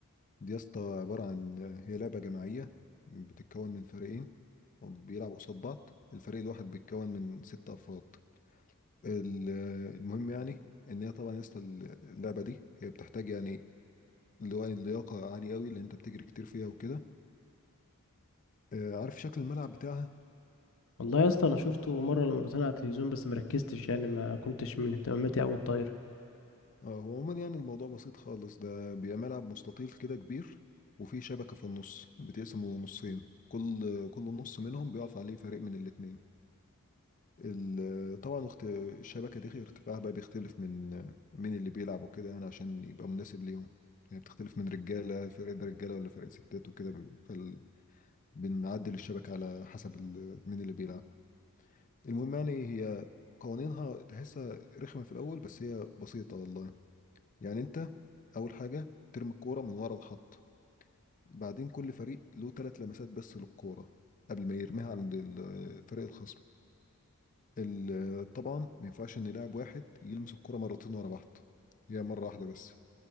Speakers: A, on the left; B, on the left.
A: دي يا اسطى عبارة عن آه، هي لعبة جماعية بتتكون من فريقين بيلعبوا قصاد بعض الفريق الواحد بيتكون من ست افراد ال- آه، المهم يعني ان هي طبعا يا اسطى اللعبة دي هي بتحتاج يعني اللي هو اللياقة عالية قوي لان انت بتجري كتير فيها وكده آه، عارف شكل الملعب بتاعها
B: والله يا اسطى انا شفته مره ولا مرتين على التلفزيون بس مركزتش يعني ما كنتش من اهتماماتي اوي الطايره
A: اه هو عموما يعني الموضوع بسيط خالص ده بيبقى ملعب مستطيل كده كبير وفيه شبكة في النص بتقسمه نصين كل كل نص منهم بيقف عليه فريق من الاتنين ال- طبعا اخت- الشبكة دي ارتفاعها بقى بيختلف من من اللي بيلعب وكده يعني عشان يبقى مناسب ليهم يعني بتختلف من رجالة الفريق ده رجالة ولا فريق ستات وكده ب- فال... بنعدل الشبكة على حسب ال... مين اللي بيلعب المهم يعني هي قوانينها تحسها رخمة في الأول بس هي بسيطة والله يعني انت اول حاجه ترمي الكوره من ورا الخط بعدين كل فريق له ثلاث لمسات بس للكوره قبل ما يرميها عند ال- فريق الخصم ال- طبعا ما ينفعش ان لاعب واحد يلمس الكوره مرتين ورا بعض هي مره واحده بس